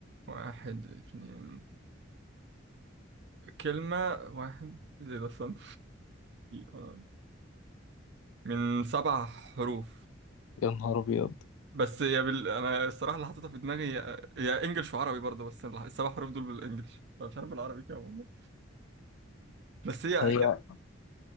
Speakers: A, on the right; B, on the left.
A: واحد اتنين كلمة واحد ايه ده استنى آه، من سبع حروف
B: يا نهار ابيض
A: بس يا بال... انا الصراحة اللي حاططها في دماغي هي هي انجلش وعربي برضه بس الح- السبع حروف دول بالانجلش أنا مش عارف بالعربي كده والله بس هي
B: هي
A: كده